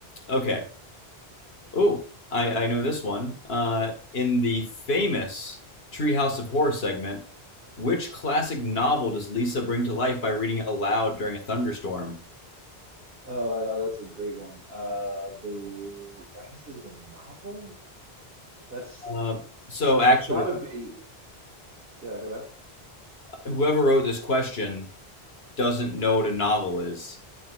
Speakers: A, on the left; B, on the right.
A: okay. Oh, I, I know this one. Uh, in the famous Treehouse of Horror segment, which classic novel does Lisa bring to life by reading it aloud during a thunderstorm?
B: Oh, uh, that's a great one. Uh, the I guess is it a novel? That's
A: Uh, so actually,
B: it's got to be. Yeah, go ahead.
A: whoever wrote this question doesn't know what a novel is.